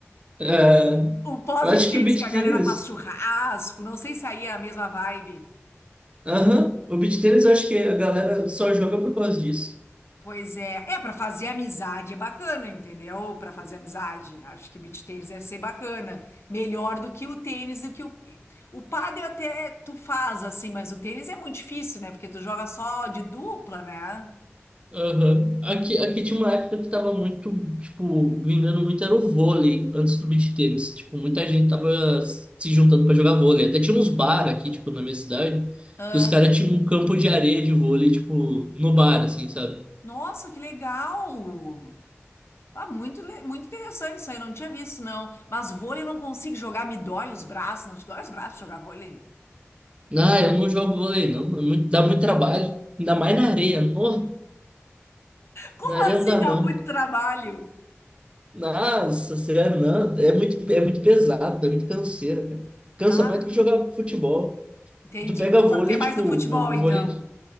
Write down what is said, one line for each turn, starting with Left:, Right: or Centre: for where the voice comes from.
Right: É,
Left: O pós-beach
Right: eu acho
Left: tennis
Right: que o beach
Left: que a
Right: tênis.
Left: galera faz churrasco, não sei se aí é a mesma vibe.
Right: Aham. O beach tênis eu acho que a galera só joga por causa disso.
Left: Pois é, é para fazer amizade é bacana, entendeu? Para fazer amizade, acho que o beach tênis deve ser bacana, melhor do que o tênis, do que o o pádel até tu faz assim, mas o tênis é muito difícil, né? Porque tu joga só de dupla, né?
Right: Aham. Aqui, aqui tinha uma época que tava muito, tipo, vingando muito era o vôlei antes do beach tênis. Tipo, muita gente tava se juntando pra jogar vôlei. Até tinha uns bar aqui, tipo, na minha cidade,
Left: Ah,
Right: que os caras tinham um campo de areia de vôlei, tipo, no bar, assim, sabe?
Left: nossa, que legal! Ah, muito, le- muito interessante isso aí, não tinha visto não. Mas vôlei eu não consigo jogar, me dói os braços, não te dói os braços jogar vôlei?
Right: Ah, eu não jogo vôlei, não. É muito- dá muito trabalho. Ainda mais na areia. Não,
Left: Como
Right: na areia
Left: assim
Right: não dá,
Left: dá
Right: não.
Left: muito trabalho?
Right: Nossa, sério, não. É muito, é muito pesado, é muito canseira, cara. Cansa
Left: Ah,
Right: mais do que jogar futebol.
Left: entendi.
Right: Tu pega
Left: Tu
Right: vôlei,
Left: até mais
Right: tipo,
Left: do futebol
Right: vô-
Left: então.
Right: vôlei,